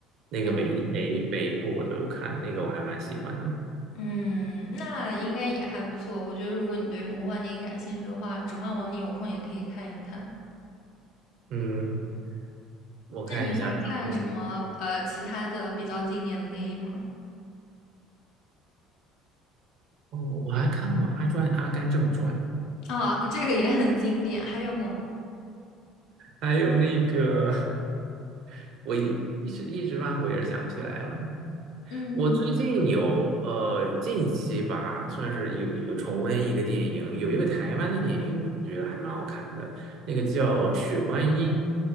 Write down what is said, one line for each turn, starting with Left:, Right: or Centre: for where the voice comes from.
Right: 那个每一每一每一部我都有看，
Left: 嗯。
Right: 那个我还蛮喜欢的。
Left: 嗯，那应该也还不错。我觉得如果你对魔幻电影感兴趣的话，《指环王》你有空也可以看一看。
Right: 嗯，我看一下什么？
Left: 那你还看什么呃其他的比较经典的电影吗？
Right: 哦，我还看过《阿传》《阿甘正传》，
Left: 啊，这个也很经典。还有吗？
Right: 还有那个 <laughs> 我一一时一时半会儿也想不起来了。
Left: 嗯，
Right: 我最近有呃近期吧，算是有有重温一个电影，有一个台湾的电影，我觉得还蛮好看的，那个叫《雪观音》，